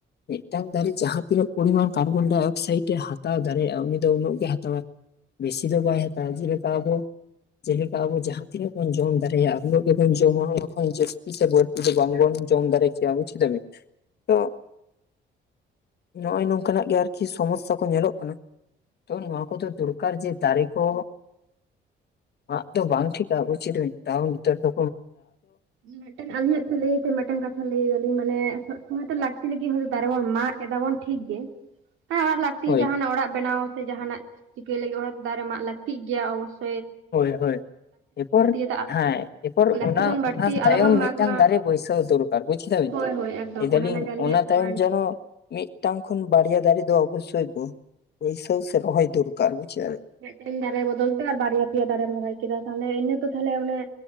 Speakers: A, on the left; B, on the right.
A: ᱢᱤᱫᱴᱟᱝ ᱫᱟᱨᱮ ᱡᱟᱦᱟᱸ ᱛᱤᱱᱟᱹᱜ ᱯᱚᱨᱤᱢᱟᱱ ᱠᱟᱨᱵᱚᱱᱰᱟᱭ ᱚᱠᱥᱟᱭᱤᱰ ᱮ ᱦᱟᱛᱟᱣ ᱫᱟᱲᱮᱭᱟᱜᱼᱟ ᱩᱱᱤ ᱫᱚ ᱩᱱᱟᱹᱜ ᱜᱮᱭ ᱦᱟᱛᱟᱣᱼᱟ ᱾ ᱵᱮᱥᱤ ᱫᱚ ᱵᱟᱭ ᱦᱟᱛᱟᱣ-ᱟ <unintelligible> ᱟᱵᱚ ᱡᱮᱞᱮᱠᱟ ᱟᱵᱚ ᱡᱟᱦᱟᱸ ᱛᱤᱱᱟᱹᱜ ᱵᱚᱱ ᱡᱚᱢ ᱫᱟᱲᱮᱭᱟᱜ-ᱟ ᱩᱱᱟᱜ ᱜᱮᱵᱚᱱ ᱡᱚ- ᱡᱚᱢᱟᱣ ᱞᱮᱠᱷᱟᱱ ᱡᱟᱹᱥᱛᱤ ᱥᱮ ᱵᱟᱲᱛᱤ ᱫᱚ ᱵᱚᱝ ᱵᱚᱱ ᱡᱚᱢ ᱫᱟᱨᱮ ᱠᱮᱭᱟ ᱵᱩᱡᱽ ᱠᱮᱫᱟ ᱵᱤᱱ᱾ ᱛᱳ ᱱᱚᱜ-ᱚᱭ ᱱᱚᱝᱠᱟ ᱱᱟᱜ ᱜᱮ ᱟᱨᱠᱤ ᱥᱚᱢᱚᱥᱟ ᱠᱚ ᱧᱮᱞᱚᱜ ᱠᱟᱱᱟ᱾ ᱛᱚ ᱱᱚᱣᱟ ᱠᱚᱫᱚ ᱫᱚᱨᱠᱟᱨ ᱡᱮ ᱫᱟᱨᱮ ᱠᱚ ᱢᱟᱜ ᱫᱚ ᱵᱟᱝ ᱴᱷᱤᱠᱟ ᱩᱪᱤᱛ ᱢᱤᱫ ᱴᱟᱝ ᱩᱛᱟᱹᱨ ᱫᱚ᱾
B: ᱢᱤᱫᱴᱟᱝ ᱟᱞᱤᱧᱟᱜ ᱛᱮ ᱞᱟᱹᱭ ᱛᱮ ᱢᱤᱫᱴᱟᱝ ᱠᱟᱛᱷᱟ ᱞᱟᱹᱭ ᱟᱞᱤᱧ ᱢᱟᱱᱮ ᱥᱚᱵ-ᱥᱚᱢᱚᱭ ᱛᱚ ᱞᱟᱹᱠᱛᱤ ᱞᱟᱹᱜᱤᱫ ᱫᱟᱨᱮ ᱵᱚᱱ ᱢᱟᱜ- ᱮᱫᱟ ᱵᱚᱱ ᱴᱷᱤᱠ ᱜᱮ ᱦᱮᱸ ᱚᱲᱟᱜ
A: ᱦᱳᱭ
B: ᱡᱟᱦᱟᱸ ᱱᱟᱜ ᱚᱲᱟᱜ ᱵᱮᱱᱟᱣ ᱥᱮ ᱡᱟᱦᱟᱸ ᱱᱟᱜ ᱪᱤᱠᱟᱹᱭ ᱞᱟᱹᱜᱤᱫ ᱚᱲᱟᱜ ᱫᱟᱨᱮ ᱢᱟᱜ ᱞᱟᱹᱠᱛᱤᱜ ᱜᱮᱭᱟ ᱚᱵᱚᱥ-
A: ᱦᱳᱭ ᱦᱳᱭ ᱮᱯᱚᱨ
B: ᱪᱮᱫᱟᱜ
A: ᱦᱮᱸ᱾ ᱮᱯᱚᱨ
B: ᱞᱟᱹᱠᱛᱤ
A: ᱚᱱᱟ
B: ᱠᱷᱚᱱ ᱵᱟᱹᱲᱛᱤ
A: ᱚᱱᱟ ᱛᱟᱭᱚᱢ
B: ᱟᱞᱚᱵᱚᱱ
A: ᱢᱤᱫᱴᱟᱝ
B: ᱢᱟᱜᱽ ᱢᱟ
A: ᱫᱟᱨᱮ ᱵᱟᱹᱭᱥᱟᱹᱣ ᱫᱚᱨᱠᱟᱨ ᱵᱩᱡᱽ ᱠᱮᱫᱟ ᱵᱤᱱ
B: ᱦᱳᱭ
A: ᱛᱚ
B: ᱦᱳᱭ ᱮᱠᱫᱚᱢ
A: ᱞᱮ ᱫᱟᱞᱤᱧ
B: ᱚᱱᱟ ᱚᱱᱟᱜᱮ ᱟᱹᱞᱤᱧᱟᱜ
A: ᱚᱱᱟ- ᱛᱟᱭᱚᱢ
B: ᱯᱚᱭᱮᱱᱴ
A: ᱡᱮᱱᱚ ᱢᱤᱫᱴᱟᱝ ᱠᱷᱚᱱ ᱵᱟᱨᱭᱟ ᱫᱟᱨᱮ ᱫᱚ ᱚᱵᱚᱥᱳᱭ ᱵᱟᱹᱭᱥᱟᱹᱣ ᱥᱮ ᱨᱚᱦᱚᱭ ᱫᱚᱨᱠᱟᱨ ᱵᱩᱡᱽ ᱠᱮᱫᱟ ᱵᱤᱱ᱾
B: ᱢᱮᱫᱴᱮᱱ ᱫᱟᱨᱮ ᱵᱚᱫᱚᱞ ᱛᱮ ᱟᱨ ᱵᱟᱨᱭᱟ, ᱯᱮᱭᱟ ᱫᱟᱨᱮᱢ ᱨᱚᱦᱚᱭ ᱠᱮᱫᱟ᱾ ᱛᱟᱦᱚᱞᱮ ᱤᱱᱟᱹ ᱛᱚ ᱛᱟᱦᱚᱞᱮ ᱚᱱᱮ-